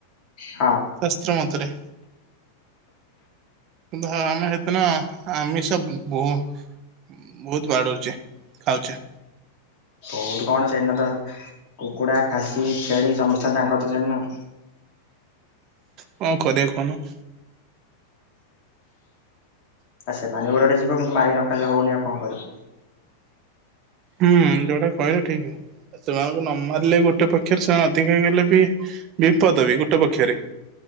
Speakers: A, on the left; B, on the right.
A: ହଁ।
B: ଶାସ୍ତ୍ର ମତରେ। କିନ୍ତୁ ଆମେ ହେଦିନ ଆମିସ ବ ବହୁ ବହୁତ୍ ବାଡଉଛେ ଖାଉଛେ।
A: ବହୁତ କଣ ସେଦିନ ତ କୁକୁଡା, ଖାସି, ଛେଳି ସମସ୍ତେ ତାଙ୍କର ତ ସେଦିନ
B: କଣ କରିବା କହୁନ?
A: ଆ ସେମାନେ ବି ଗୋଟେ ଗୋଟେ ଯିବ କିନ୍ତୁ ମାରିକି ନ ଖାଇଲେ ହଉନି ଆଉ କଣ କରିବ।
B: ହୁଁ ଯୋଉଟା କହିଲ ଠିକ୍। ସେମାନଙ୍କୁ ନ ମାରିଲେ ବି ଗୋଟେ ପକ୍ଷରେ ସେମାନେ ଅଧିକା ହେଇଗଲେ ବି ବିପଦ ବି ଗୋଟେ ପକ୍ଷରେ।